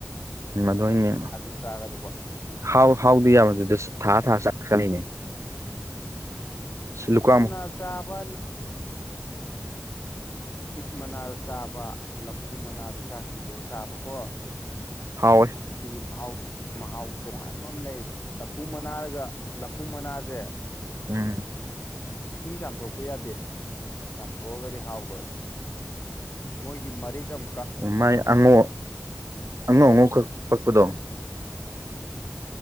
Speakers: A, on the right (about 80°); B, on the left (about 55°).
A: ꯑꯗꯨꯏꯅꯦ
B: ꯑꯗꯨ ꯆꯥꯒꯗꯧꯕ
A: ꯍꯥꯎ ꯍꯥꯎꯗꯤ ꯌꯥꯕꯗꯨꯗ ꯊꯥ ꯊꯥ ꯆ ꯆꯠꯂꯤꯅꯦ ꯁꯤ ꯂꯨꯀ
B: ꯇꯤꯛ ꯃꯅꯥ ꯆꯥꯕ ꯇꯤꯛ ꯃꯅꯥꯗ ꯆꯥꯕ ꯂꯐꯨ ꯃꯅꯥꯗ ꯆꯥꯛ ꯊꯤꯗꯣꯛꯑ ꯆꯥꯕꯀꯣ
A: ꯍꯥꯎ ꯍ
B: ꯁꯤꯒꯤ ꯃꯍꯥꯎ ꯃꯍꯥꯎ ꯇꯣꯉꯥꯟꯕ ꯑꯃ ꯂꯩꯌꯦꯕ ꯂꯐꯨ ꯃꯅꯥꯔꯒ ꯂꯐꯨ ꯃꯅꯥꯁꯦ
A: ꯎꯝ
B: ꯏꯁꯤꯡ ꯆꯥꯝꯊꯣꯛꯄ ꯌꯥꯗꯦ ꯆꯥꯝꯊꯣꯛꯑꯒꯗꯤ ꯍꯥꯎꯈ꯭ꯔꯣꯏ ꯃꯣꯏꯒꯤ ꯃꯔꯤꯒꯝ
A: ꯑꯣ ꯃꯥꯏ ꯑꯉꯧ ꯑꯉꯧ
B: ꯎꯝ
A: ꯑꯉꯧꯛ ꯄꯛꯄꯗꯣ
B: ꯎꯝ